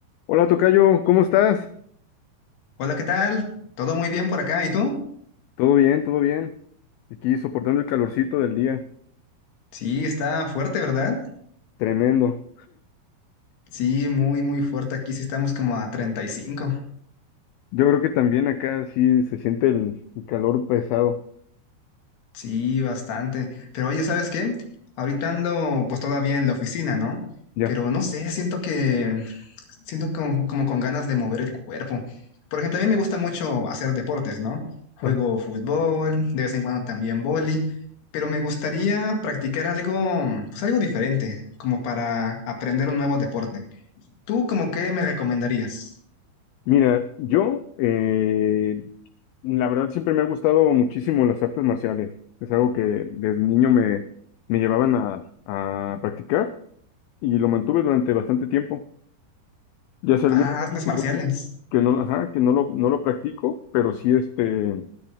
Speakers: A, on the left; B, on the left.
A: Hola, tocayo, ¿cómo estás?
B: Hola, ¿qué tal? ¿Todo muy bien por acá? ¿Y tú?
A: Todo bien, todo bien. Aquí soportando el calorcito del día.
B: Sí, está fuerte, ¿verdad?
A: Tremendo.
B: Sí, muy, muy fuerte. Aquí sí estamos como a 35.
A: Yo creo que también acá sí se siente el, el calor pesado.
B: Sí, bastante. Pero oye, ¿sabes qué? Ahorita ando pues todavía en la oficina, ¿no?
A: Ya.
B: Pero no sé, siento que... Siento como, como con ganas de mover el cuerpo. Por ejemplo, a mí me gusta mucho hacer deportes, ¿no? Juego
A: <laughs> Ajá.
B: fútbol, de vez en cuando también vóley, pero me gustaría practicar algo, pues algo diferente, como para aprender un nuevo deporte. ¿Tú como qué me recomendarías?
A: Mira, yo, eh, la verdad, siempre me ha gustado muchísimo las artes marciales. Es algo que desde niño me, me llevaban a, a practicar y lo mantuve durante bastante tiempo. Ya hace algunos
B: Ah, artes
A: años que
B: marciales.
A: no, que no, ajá, que no lo, no lo practico, pero sí este.